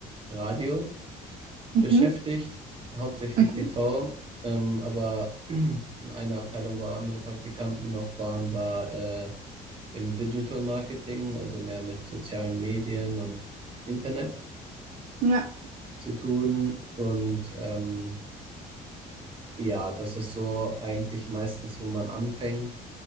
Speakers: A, on the right (about 30°); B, on the right (about 50°).
A: Radio
B: Mhm.
A: beschäftigt, hauptsächlich
B: Mhm.
A: TV. Ähm, aber <clears throat> eine Abteilung, wo andere Praktikanten noch waren, war äh, im Digital Marketing, also mehr mit sozialen Medien und Internet
B: Ja.
A: zu tun. Und ähm, Ja, das ist so eigentlich meistens, wo man anfängt.